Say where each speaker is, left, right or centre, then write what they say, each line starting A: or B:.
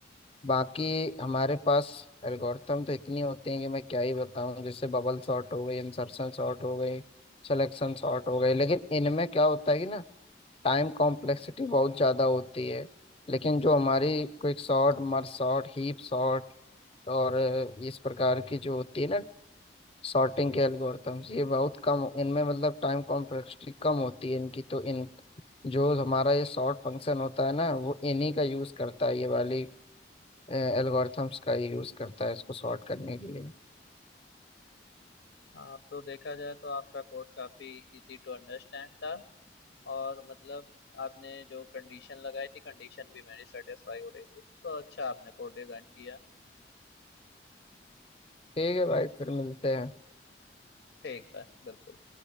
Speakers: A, on the left; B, on the left.
A: बाकी हमारे पास एल्गोरिथम तो इतनी होती हैं कि मैं क्या ही बताऊं जैसे बबल सॉर्ट हो गई इंसर्शन सॉर्ट हो गई सिलेक्शन सॉर्ट हो गई लेकिन इनमें क्या होता है कि ना टाइम कॉम्प्लेक्सिटी बहुत ज्यादा होती है लेकिन जो हमारी quick sort merge sort heap sort और इस प्रकार की जो होती है ना सॉर्टिंग के एल्गोरिथम्स ये बहुत कम इनमें मतलब टाइम कॉम्प्लेक्सिटी कम होती है इनकी तो इन जो हमारा ये सॉर्ट फंक्शन होता है ना वो इन्हीं का यूज करता है ये वाली एल्गोरिथम्स का ये यूज करता है इसको सॉर्ट करने के लिए
B: हाँ तो देखा जाए तो आपका कोड काफी इजी टू अंडरस्टैंड था और मतलब आपने जो कंडीशन लगाई थी कंडीशन भी मेरी सेटिस्फाई हो रही थी तो अच्छा आपने कोड डिजाइन किया
A: ठीक है भाई फिर मिलते हैं
B: ठीक है बिल्कुल